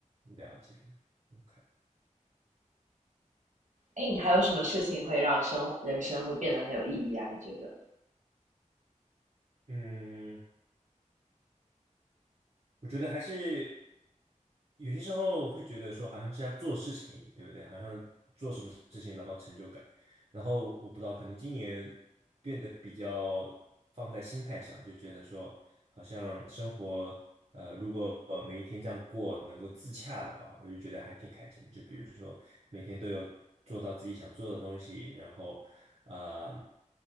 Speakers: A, on the right; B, on the right.
A: 了解，OK，
B: 哎，你还有什么事情会让生人生会变得很有意义啊？你觉得？
A: 嗯。我觉得还是有些时候我会觉得说，好像是要做事情，对不对？好像做什么事情，然后成就感。然后我不知道，可能今年变得比较放在心态上，就觉得说，好像生活，呃，如果呃每一天这样过，能够自洽的话，我就觉得还挺开心的。就比如说每天都有做到自己想做的东西，然后，啊。